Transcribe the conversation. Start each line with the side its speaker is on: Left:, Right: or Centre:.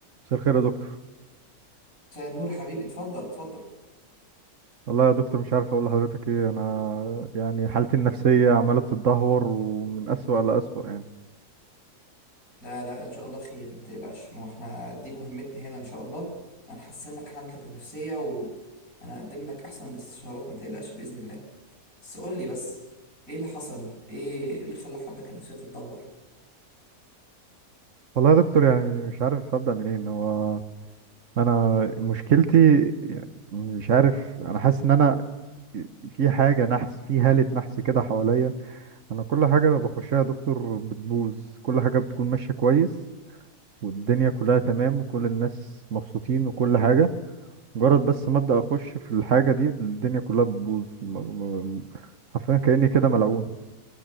Right: مساء الخير يا دكتور
Left: مساء النور يا حبيبي اتفضل اتفضل
Right: والله يا دكتور مش عارف اقول لحضرتك ايه انا يعني حالتي النفسيه عماله بتتدهور ومن اسوأ لاسوأ يعني
Left: لا لا ان شاء الله خير ما تقلقش ما هو احنا دي مهمتنا هنا ان شاء الله هنحسن لك حالتك النفسية وهنقدم لك احسن الاستشارات ما تقلقش باذن الله بس قول لي بس ايه اللي حصل ايه إيه اللي خلى حالتك النفسية تتدهور
Right: والله يا دكتور يعني مش عارف ابدا منين هو انا مشكلتي يعني مش عارف انا حاسس ان انا في حاجه نحس في هاله نحس كده حواليا انا كل حاجه بخشها يا دكتور بتبوظ كل حاجه بتكون ماشيه كويس والدنيا كلها تمام وكل الناس مبسوطين وكل حاجه مجرد بس ما ابدا اخش في الحاجه دي الدنيا كلها بتبوظ م- م- حرفيا كاني كده ملعون